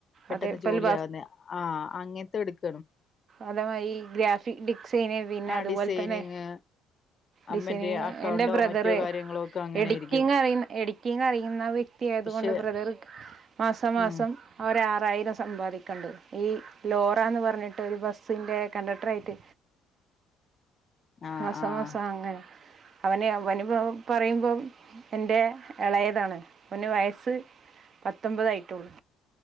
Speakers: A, on the left (about 45°); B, on the right (about 50°).
A: പെട്ടെന്ന്
B: അതേപോലെ
A: ജോലി ആവുന്ന ആഹ് അങ്ങനത്തെ എടുക്ക
B: അതമായി ഗ്രാഫിക് ഡിക്സൈനെ പിന്നെ
A: ആ
B: അതുപോലെ
A: ഡിസൈനിങ്
B: തന്നെ ഡിസൈനി
A: മറ്റേ അക്കൗണ്ടോ
B: എന്റെ ബ്രദറ്
A: മറ്റോ കാര്യങ്ങളോ ഒക്കെ അങ്ങനെയിരിക്കും
B: എഡിറ്റിങ് അറിയുന്ന എഡിറ്റിങ് അറിയുന്ന വ്യക്തി ആയതുകൊണ്ട്
A: പക്ഷെ
B: ബ്രദർ മാസംമാസം
A: ഉം
B: അവർ യിനം സമ്പാദിക്കണ്ട് ഈ ലോറ എന്ന് പറഞ്ഞിട്ട് ഒരു ബസിൻ്റെ കണ്ടക്ടറായിട്ട്
A: ആഹ്
B: മാസം
A: ആഹ്
B: മാസം അങ്ങനെ അവന് അവന് പറയുമ്പം എന്റെ ഇളയതാണ് അവന് വയസ്സ് പത്തൊമ്പതായിട്ടുള്ളൂ.